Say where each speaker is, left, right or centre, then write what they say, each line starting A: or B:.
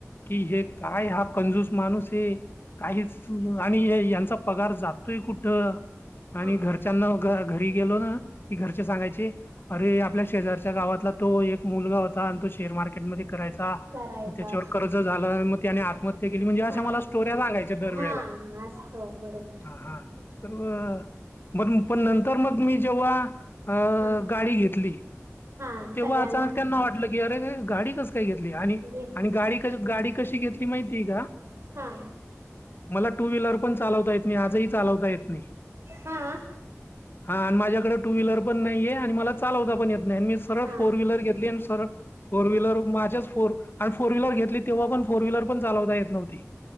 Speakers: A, on the left; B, on the right.
A: कि हे काय हा कंजूस माणूस आहे काहीच आणि यांचा पगार जातोय कुठ आणि
B: हा
A: घर अच्याना घरी गेलो ना की घरचे सांगायचे अरे आपल्या शेजारच्या गावातला तो एक मुलगा होता आणि तो शेअर मार्केटमध्ये करायचा. ग
B: करायचा
A: त्याच्यावर कर्ज झाला मग त्याने आत्महत्या केली म्हणजे अस
B: हा
A: मला स्टोऱ्या सांगायच्या दरवेळेला.
B: हा असतो बरोबर.
A: हा तर म पण नंतर मग मी जेव्हा अ
B: हा
A: गाडी घेतली.
B: हा
A: तेव्हा
B: सगळ्यांना
A: अचानक त्यांना वाटलं की अरे गाडी कस काय घेतली
B: घेत
A: आणि आणि
B: नाही
A: गाडी गाडी कशी घेतली माहिती का?
B: हा.
A: मला टू व्हीलर पण चालवता येत नाही आजही चालवता येत नाही.
B: हम्म.
A: हा आणि माझ्याकडे टू व्हीलर पण नाहीये आणि मला चालवता पण येत नाही मी सरळ
B: हा
A: फोर व्हीलर घेतली आणि सर फोर व्हीलर माझ्याच फोर आणि फोर व्हीलर घेतली तेव्हा पण फोर व्हीलर पण चालता य नव्हती.